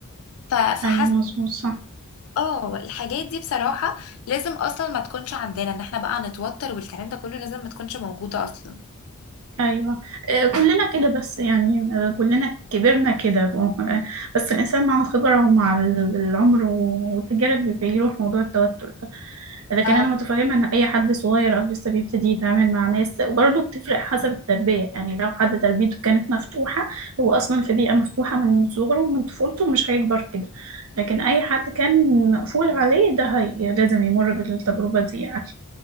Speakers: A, on the left; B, on the right.
A: ف- فحاسه
B: أيوه مظبوط صح
A: اه الحاجات دي بصراحه لازم اصلا ما تكونش عندنا ان احنا بقى نتوتر والكلام ده كله لازم ما تكونش موجوده اصلا
B: ايوه آه، كلنا كده بس يعني آه، كلنا كبرنا كده آه، بس الانسان مع الخبره ومع ال- العمر والتجارب بيروح موضوع التوتر ده لكن
A: اه
B: انا متفهمه ان اي حد صغير او لسه بيبتدي يتعامل مع ناس وبرضه بتفرق حسب التربيه يعني لو حد تربيته كانت مفتوحه هو اصلا في بيئه مفتوحه من صغره ومن طفولته مش هيكبر كده لكن اي حد كان مقفول عليه ده هي لازم يمر بالتجربه دي يعني